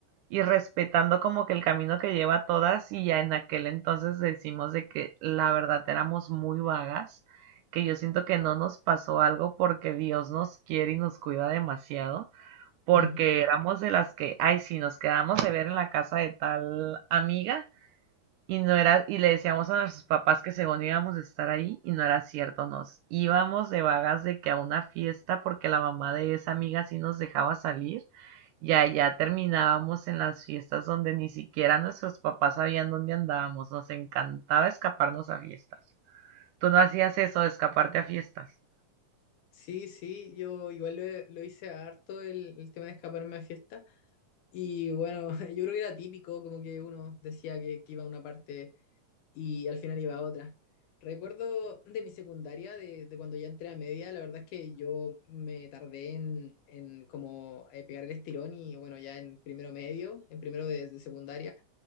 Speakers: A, on the right; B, on the left.
A: y respetando como que el camino que lleva a todas y ya en aquel entonces decimos de que la verdad éramos muy vagas, que yo siento que no nos pasó algo porque Dios nos quiere y nos cuida demasiado porque
B: Ujú.
A: éramos de las que, ay, sí, nos quedamos de ver en la casa de tal amiga y no era, y le decíamos a nuestros papás que según íbamos a estar ahí y no era cierto, nos íbamos de vagas de que a una fiesta porque la mamá de esa amiga sí nos dejaba salir y allá terminábamos en las fiestas donde ni siquiera nuestros papás sabían dónde andábamos, nos encantaba escaparnos a fiestas. Tú no hacías eso de escaparte a fiestas.
B: Sí, sí, yo igual lo, lo hice harto el, el tema de escaparme a fiesta. Y bueno, <laughs> yo creo que era típico, como que uno decía que, que iba a una parte y al final iba a otra. Recuerdo de mi secundaria, de, de cuando ya entré a media, la verdad es que yo me tardé en, en como eh, pegar el estirón y bueno, ya en primero medio, en primero de, de secundaria,